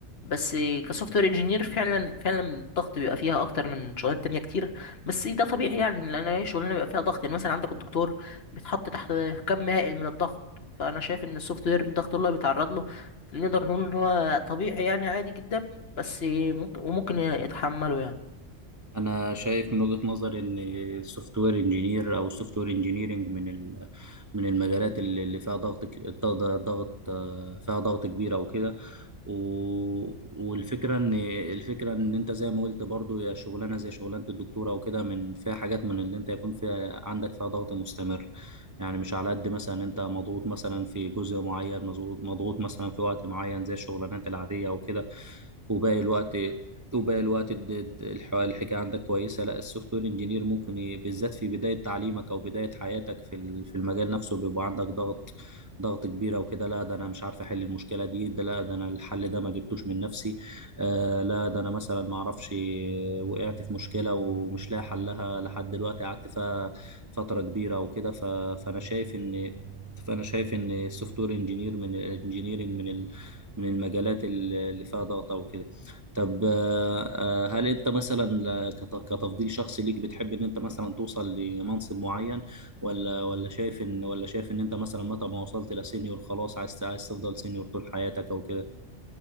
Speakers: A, on the left; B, on the right.
A: بس كسوفت وير انجينير فعلا فعلا الضغط بيبقى فيها اكتر من شغلانات تانية كتير بس ده طبيعي يعني لان اي شغلانه بيبقى فيها ضغط يعني مثلا عندك الدكتور بيتحط تحت كم هائل من الضغط فانا شايف ان السوفت وير الضغط اللي هو بيتعرض له نقدر نقول ان هو طبيعي يعني عادي جدا بس ممكن وممكن يتحمله يعني
B: انا شايف من وجهة نظري ان السوفت وير انجينير او السوفت وير انجينيرنج من ال- من المجالات اللي اللي فيها ضغط ك- ضغط ضغط- آه، فيها ضغط كبير او كده و- والفكره ان الفكره ان انت زي ما قلت برضو يا شغلانه زي شغلانه الدكتوره وكده من فيها حاجات من اللي انت يكون فيها عندك فيها ضغط مستمر يعني مش على قد مثلا انت مضغوط مثلا في جزء معين مضغوط مضغوط مثلا في وقت معين زي الشغلانات العاديه وكده وباقي الوقت وباقي الوقت الد- الد- الح- الحكايه عندك كويسه لا السوفت وير انجينير ممكن ي- بالذات في بدايه تعليمك او بدايه حياتك في ال- في المجال نفسه بيبقى عندك ضغط ضغط كبيره وكده لا ده انا مش عارف احل المشكله دي ده لا ده انا الحل ده ما جبتوش من نفسي آه لا ده انا مثلا ما اعرفش وقعت في مشكله ومش لاقي حلها لحد دلوقتي قعدت فيها فتره كبيره وكده ف- فانا شايف ان فانا شايف ان السوفت وير انجينير من الانجينيرنج من ال من المجالات اللي اللي فيها ضغط او كده طب آه، آه، هل انت مثلا آه، كت- كتفضيل شخصي ليك بتحب ان انت مثلا توصل لمنصب معين ولا ولا شايف ان ولا شايف ان انت مثلا متى ما وصلت لسينيور خلاص عايز عايز تفضل سينيور طول حياتك او كده